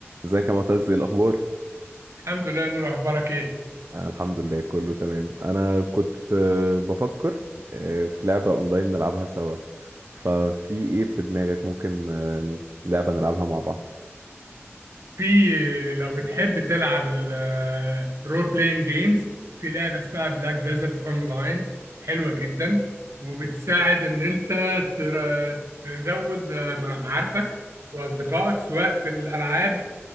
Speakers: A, on the right (about 60°); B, on the right (about 75°).
A: ازيك يا معتز ايه الاخبار
B: الحمد لله يا نور اخبارك ايه
A: آه الحمد لله كله تمام انا كنت آه بفكر آه في لعبة اونلاين نلعبها سوا ففي ايه في دماغك ممكن آه لعبة نلعبها مع بعض
B: في لو بتحب تلعب الرول بلاينج جيمز في لعبه اسمها بلاك ديزرت اونلاين حلوه جدا وبتساعد ان انت تر- تزود آه، مع- معارفك واصدقائك سواء في الالعاب